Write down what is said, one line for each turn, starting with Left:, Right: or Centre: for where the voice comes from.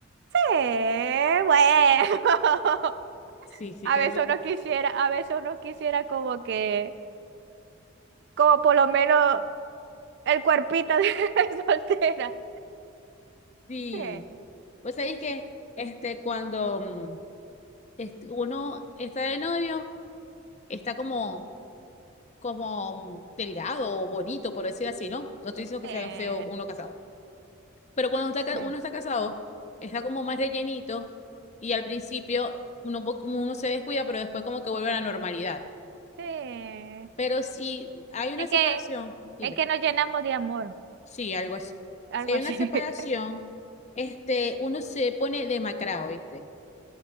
Right: Sí, bueno. <laughs>
Left: Sí, sí,
Right: A
Left: créeme
Right: veces
Left: que
Right: uno
Left: sí.
Right: quisiera, a veces uno quisiera como que, como por lo menos el cuerpito de <laughs> soltera.
Left: Sí,
Right: Sí,
Left: pues sabéis que este, cuando mm, este, uno está de novio, está como, como mm, delgado o bonito, por decir así, ¿no? No estoy diciendo que
Right: sí,
Left: sea feo uno casado. Pero cuando está
Right: sí,
Left: ca- uno está casado, está como más rellenito y al principio uno, po- como uno se descuida, pero después como que vuelve a la normalidad.
Right: sí.
Left: Pero si hay una
Right: Es
Left: separación,
Right: que,
Left: dime,
Right: es que nos llenamos de amor,
Left: sí, algo así.
Right: algo
Left: Si hay
Right: así.
Left: una separación,
Right: <laughs>
Left: este, uno se pone demacrado, ¿viste?